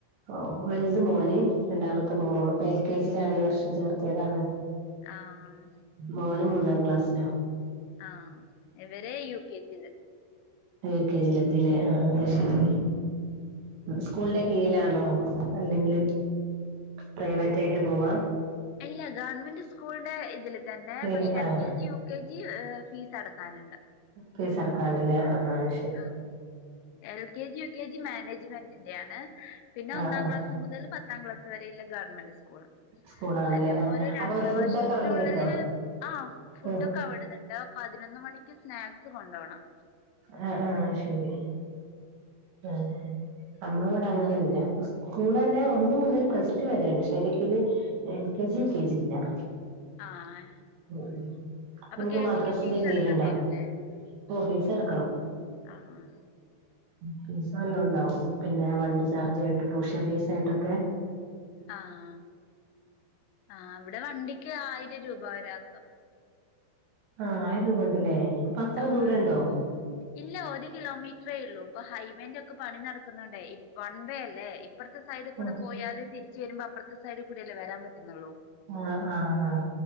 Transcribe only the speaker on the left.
ആഹ്
ആഹ്, ഇവര് യു. കെ. ജി ല്.
അല്ല ഗവൺമെന്റ് സ്കൂളിന്റെതില് തന്നെ
പക്ഷെ
എൽ. K. G U K G fees അടക്കാനുണ്ട്.
ആഹ് L. K. G U. K. G മാനേജ്മെന്റിന്റെയാണ്. പിന്നേ
ഒന്നാം
ക്ലാസ് മുതൽ പത്താം ക്ലാസ് വരെയുള്ള ഗവൺമെന്റ്സ് <unintelligible>
എന്നെപ്പോലെ
ഒരു രണ്ടു
വർഷത്തിനുള്ളില്
ആഹ് ഫുഡൊക്കെ
അവിടെ ന്താ പതിനൊന്ന് മണിക്ക് സ്നാക്സ് കൊണ്ടോണം.
ആഹ്.
അപ്പൊ
കെ
ജിക്ക് ഫീസ്
അടക്കേണ്ടി വരൂല്ലേ
ആഹ് ആ.
ആഹ് ആ ഇവിടെ വണ്ടിക്ക് ആയിരം രൂപ ഒരാക്ക്.
ആഹ്
ഇല്ല ഒരു കിലോമീറ്ററേള്ളൂ, ഇപ്പൊ ഹൈവേന്റെ ഒക്കെ പണി നടക്കുന്നുണ്ടേയ് വൺവേ അല്ലേ. അപ്പറത്തെ സൈഡ് കൂടെ
പോയാല് തിരിച്ച് വരുമ്പോ അപ്പർത്തെ സൈഡ് കൂടെല്ലേ വരാൻ പറ്റുന്നള്ളോ.